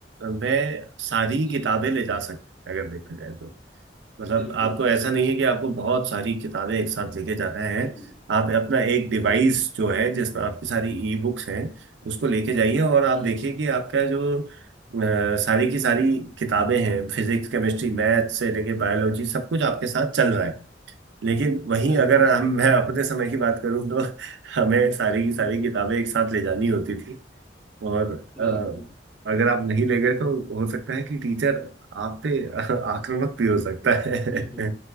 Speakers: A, on the right; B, in the centre.
A: में सारी
B: जी
A: किताबें
B: जी
A: ले जा सकते हैं अगर देखा जाए तो मतलब
B: बिल्कुल
A: आपको ऐसा नहीं है कि आपको बहुत सारी किताबें एक साथ लेके जाना है
B: हम्म
A: आप अपना एक डिवाइस
B: बिल्कुल
A: जो है जिसमें आपकी सारी ई बुक्स हैं उसको लेके जाइए और आप
B: जी
A: देखिए
B: जी
A: कि आपका जो अ, सारी की सारी किताबें हैं फिजिक्स केमिस्ट्री मैथ से लेके बायोलॉजी सब कुछ आपके साथ चल रहा है लेकिन वहीं
B: बिल्कुल
A: अगर हम
B: सही
A: मैं
B: बात
A: अपने समय की बात करूं तो हमें सारी की
B: हम्म,
A: सारी
B: हम्म,
A: किताबें एक साथ ले जानी होती थी और
B: बिल्कुल
A: अ, अगर आप नहीं ले गए तो हो सकता है कि टीचर आप पे आक्रामक भी हो सकता है
B: हम्म,